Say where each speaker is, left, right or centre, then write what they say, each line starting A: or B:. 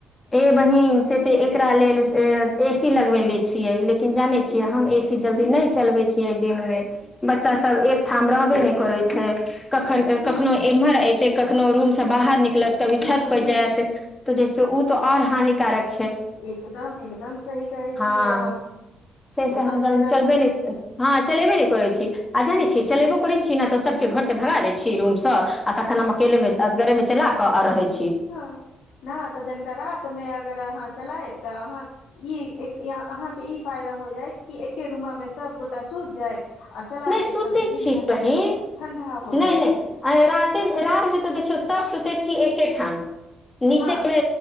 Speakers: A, on the left (about 20°); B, on the left (about 80°).
A: ए बहिन से तऽ एकरा लेल ए सी लगबेले छियै लेकिन जानै छियै हम ए सी जल्दी
B: ह
A: नहि चलबै छियै दिन मे बच्चा सब एकठाम रहबे नहि करै छै कखन
B: ह
A: कखनो
B: ह
A: एम्हर एते अखनो रूमसँ बाहर निक कलत कभी
B: ह
A: छत बजाते
B: ह
A: त देख से ओ तओर हानिकारक
B: एकदम एकदम सही कहै
A: ह
B: छियै अहाँ
A: से स
B: ओ
A: हम
B: तऽ जेना
A: चलबे
B: हँ
A: हँ चलेबे नहि करै छी आ जाने छिये चलेबो कर छी छी ने तऽ सबके घर से भगा दै छी रूमसँ आ तऽ हम अकेेल में असगरे में चला कऽ क आ रहै छै
B: हँ न तऽ जनक र मे अगर अहाँ चलायब तऽ अहाँ ई अहाँके ई फायदा हो जायत कि एके रूमामे सभगोटा सुति जायब आ चला
A: नहि
B: देब
A: सुते
B: तऽ दू तीन
A: छी
B: घंटा
A: कनि
B: मे रूम ठंडा हो
A: नहि
B: जाइ
A: नहि
B: छै
A: आई राते रति मे तऽ देखियौ सब सुत एकेठाम नीचे
B: हँ
A: मे